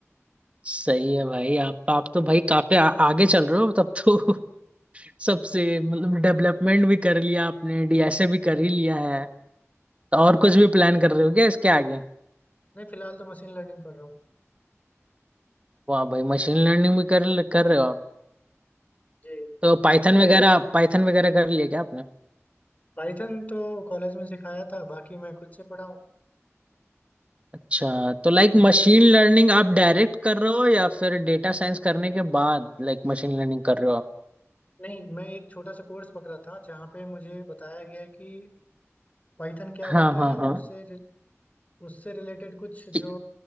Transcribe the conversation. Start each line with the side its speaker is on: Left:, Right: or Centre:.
Right: सही है भाई आप आप तो भाई काफी आ, आगे चल रहे हो तब तो <laughs> सबसे मतलब डेवलपमेंट भी कर लिया आपने डीएसए भी कर ही लिया है तो और कुछ भी प्लान कर रहे हो क्या इसके आगे
Left: नहीं फिलहाल तो मशीन लर्निंग पढ़ रहा हूँ
Right: वाह भाई मशीन लर्निंग भी कर कर रहे हो आप
Left: जी
Right: तो पाइथन वगैरह पाइथन वगैरह कर लिया क्या आपने
Left: पाइथन तो कॉलेज में सिखाया था बाकी मैं खुद से पढ़ा हूँ
Right: अच्छा तो लाइक मशीन लर्निंग आप डायरेक्ट कर रहे हो या फिर डेटा साइंस करने के बाद लाइक मशीन लर्निंग कर रहे हो आप
Left: नहीं मैं एक छोटा सा कोर्स पकड़ा था जहाँ पे मुझे बताया गया कि पाइथन क्या
Right: हाँ
Left: होता
Right: हाँ
Left: है
Right: हाँ
Left: और उससे उससे रिलेटेड कुछ
Right: कि-
Left: जो